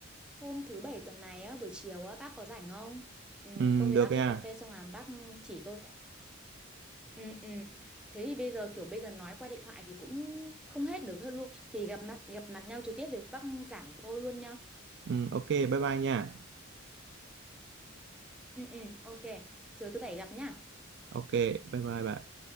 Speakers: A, in the centre; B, on the right.
A: Hôm thứ bảy tuần này á, buổi chiều á, bác có rảnh không? Ừ,
B: ừ,
A: tôi với
B: được
A: bác
B: nha
A: đi cà phê xong là bác chỉ tôi. Ừ, ừ. Thế thì bây giờ kiểu bây giờ nói qua điện thoại thì cũng không hết được hơn luôn. Thì gặp mặt gặp mặt nhau trực tiếp rồi bác giảng tôi luôn nhá.
B: ừ, ok bye bye nha
A: Ừ, ừ, ok. Chờ thứ bảy gặp nhá.
B: Ok, bye bye bạn.